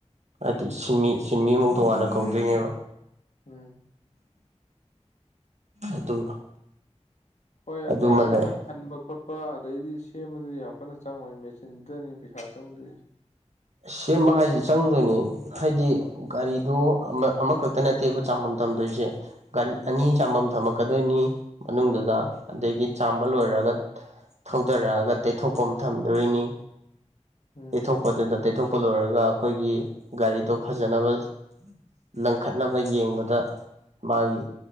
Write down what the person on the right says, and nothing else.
ꯍꯥꯏꯗꯤ
ꯁꯤꯟꯃꯤ ꯁꯤꯟꯃꯤ ꯑꯃꯨꯛ ꯇꯣꯉꯥꯟꯅ ꯀꯧꯗꯣꯏꯅꯦꯕ
ꯑꯗꯨ
ꯑꯗꯨꯃ
ꯂꯩ
ꯁꯦꯝꯕ ꯍꯥꯏꯁꯤ ꯆꯪꯗꯣꯏꯅꯤ ꯍꯥꯏꯗꯤ ꯒꯥꯔꯤꯗꯨ ꯑꯃꯈꯛꯇ ꯅꯠꯇꯦꯕ ꯆꯥꯝꯕꯝ ꯊꯝꯗꯣꯏꯁꯦ ꯒꯥꯔꯤ
ꯑꯅꯤ ꯆꯥꯝꯕꯝ ꯊꯝꯃ ꯂꯥꯛꯀꯗꯣꯏꯅꯤ ꯃꯅꯨꯡꯗꯨꯗ ꯑꯗꯒꯤ ꯆꯥꯝꯕ ꯂꯣꯏꯔꯒ ꯊꯧꯗꯔꯛꯑꯒ ꯇꯩꯊꯣꯛꯐꯝ ꯊꯝꯗꯣꯏꯅꯤ
ꯇꯩꯊꯣꯛꯄꯗꯨꯗ ꯇꯩꯊꯣꯛꯄ ꯂꯣꯏꯔꯒ ꯑꯩꯈꯣꯏꯒꯤ ꯒꯥꯔꯤꯗꯣ ꯐꯖꯅꯕ ꯂꯪꯈꯠꯅꯕ ꯌꯦꯡꯕꯗ ꯃꯥꯒꯤ